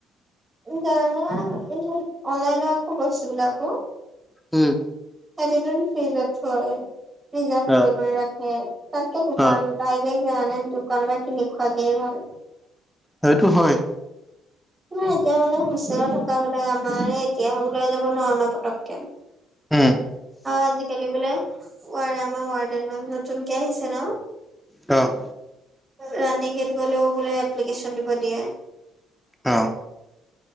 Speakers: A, on the right; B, in the centre.
A: জানা <unintelligible> অনলাইনৰ আকৌ বস্তু বিলাকো
B: উম।
A: <unintelligible> ফ্ৰিজত থৈ প্ৰিজাৰ্ভ কৰি-কৰি
B: অ
A: ৰাখে, তাতকে দোকান
B: অ
A: <unintelligible> দোকানৰ পৰা কিনি খোৱা কেই ভাল।
B: সেতু হয়।
A: ন এতিয়া মানে হুচ থকা বিলাক আমাৰ এতিয়া ওলাই যাব নোৱাৰো ন পতক অ',
B: উম
A: আজিকালি বোলে <unintelligible> আমাৰ ৱাৰ্ডেন মে'ম নতুনকে আহিছে ন?
B: অ'।
A: ৰাণী গেত গ'লেও বোলে এপ্লিকেচন দিব দিয়ে।
B: অ'।